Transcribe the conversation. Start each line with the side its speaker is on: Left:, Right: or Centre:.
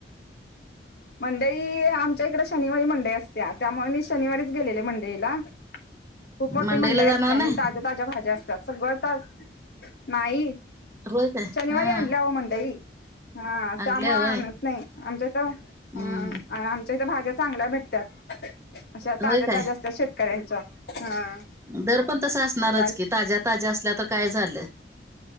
Left: मंडई ई आमच्या इकडे शनिवारी मंडई असत्या, त्यामुळे मी शनिवारीच गेलेले मंडईला. खूप मोठी
Right: मंडईला
Left: मंडई
Right: जाणार
Left: असते आणि
Right: नाही
Left: ताज्या ताज्या भाज्या असतात सगळं ता नाई
Right: होय काय
Left: शनिवारी
Right: हा
Left: आणल्या ओ मंडईत. हा,
Right: आणल्या
Left: त्यामुळे
Right: होय
Left: आणत नाही. आमच्याथ
Right: हम्म
Left: हं. आमच्या इथ, भाज्या चांगल्या भेट त्यात. अशा ताज्या
Right: होय
Left: -
Right: काय
Left: ताज्या असतात. शेतकऱ्यांच्या. हा.
Right: दर पण तसं असणारच
Left: आणि
Right: कि. ताज्या- ताज्या असल्या तर, काय झालं?